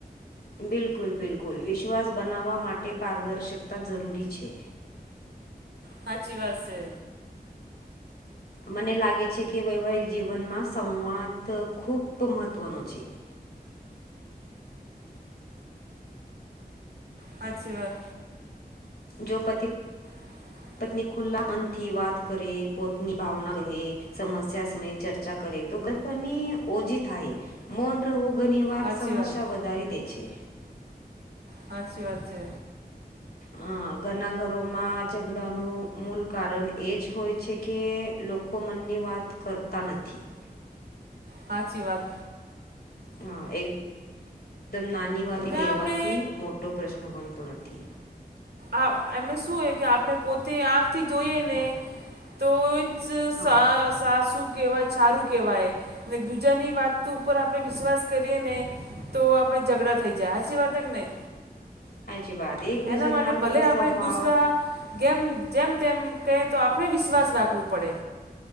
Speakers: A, on the left; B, on the right.
A: બિલકુલ બિલકુલ વિશ્વાસ બનાવવા માટે પારદર્શકતા જરૂરી છે
B: સાાચીવાત છે
A: મને લાગે છે કે વૈવાહિક જીવનમાં સંવાદ ખૂબ મહત્ત્વનો છે
B: સાચીવાત
A: જો પતિ
B: હ <inaudible>
A: પત્ની ખુલ્લા મન થી વાત કરે પોતની ભાવના કહે સમસ્યા સમય ચર્ચા <inaudible> કરે તો ગલતફહેમી ઓજી થાય મૌન રહવું ઘની વાર
B: સાચી
A: સમસ્યા
B: વાત
A: વધારી દે છે
B: હાચી વાત છે
A: હ ઘના ઘરોમાં ઝઘડાનું મૂલ કારણ એ જ હોય છે કે લોકો મનની વાત કરતા નથી
B: સાાચીવાત
A: હ એક દમ નાની વાત
B: ને
A: કેવાથી
B: આપણે
A: મોટો પ્રશ્ન બનતો નથી
B: આ એમે શું હો કે આપણે પોતે આંખથી જોઈએ ને તો સ
A: હા
B: સા સાસું કેવાય સારું કહેવાય ને દીજાની વાત ઉપર આપણે વિશ્વાસ કરીએ ને તો આપણે ઝઘડા થઈ જાય સાચી વાત હે કે નહી.
A: સાચી વાત એકબીજાને
B: એના માટે
A: આતો
B: ભલે
A: કે
B: આપણે
A: સ્વભાવ
B: એક દુસરા કેમ જેમ તેમ કહે તો આપણે વિશ્વાસ રાખવું પડે.